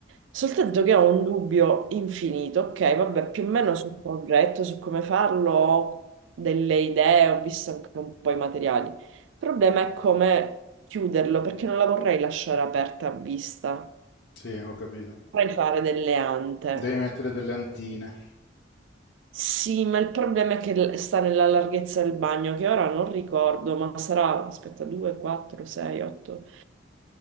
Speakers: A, on the right; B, on the left.
A: Soltanto che ho un dubbio infinito. Ok, vabbè, più o meno sul progetto, su come farlo, ho delle idee, ho visto anche un po' i materiali. Il problema è come chiuderlo, perché non la vorrei lasciare aperta a vista.
B: sì, ho capito.
A: Vorrei fare delle ante.
B: Devi mettere delle antine.
A: Sì, ma il problema è che l- sta nella larghezza del bagno, che ora non ricordo, ma sarà, aspetta, 2, 4, 6, 8,